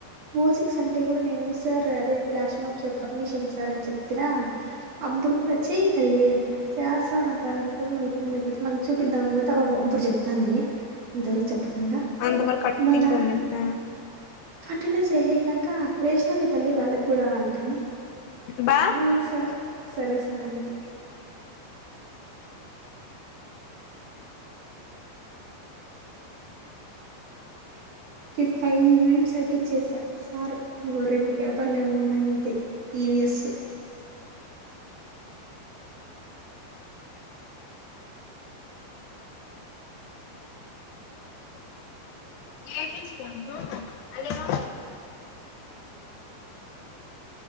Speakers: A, on the right (about 55°); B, on the left (about 80°).
A: ఓసిక్స్ అంటే కూడా నేను సర్ అదే ఫ్లాష్ మార్ప్ పర్మిషన్ సార్ అ చెప్ప కిరా అబ్బుడు పోచి తెల్లి అనా చేేస్తానా సార్ అంకుల్ <inaudible> పోతే మళ్ళీ చూపిద్దాం అనిపోతే <unintelligible> అప్పుడు చెప్తాంది మే ఇంతవరకు చెప్పకండా
B: అంతవరకు అట్
A: మళ్ళా
B: తింటాందంటనా
A: అటెండెన్స్ ఏహేస్నాక వేసినాలే తల్లి వాళ్ళకి కూడా అంట మే
B: బా
A: ఉమ్ సార్ సరే సార్ అంటి ఫి ఫైవ్ మినిట్స్ ఐపిచ్చేసా సారు ఇంగో రెండు పేపర్లేమో ఉన్నాయి అంతే ఈ వి ఎస్సు
B: ఏకిచ్చిపాము ఆళ్ళేమో